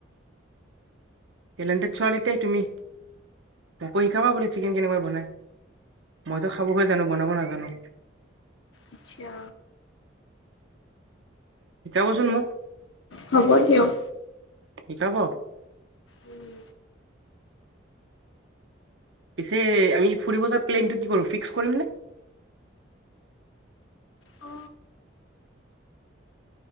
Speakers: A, on the right (about 70°); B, on the left (about 80°).
A: টেলেণ্টেড ছোৱালী তে তুমি। মোকো শিকাবা বোলে চিকেন কেনেকৈ বনাই, মই তো খাব হে জানো বনাব নাজানো।
B: আচ্ছা।
A: শিকাবচোন মোক।
B: হ'ব দিয়ক।
A: শিকাব?
B: উম।
A: পিছে আমি ফুৰিব যোৱাৰ প্লেনটো কি কৰো? ফিক্স কৰিম নে?
B: অ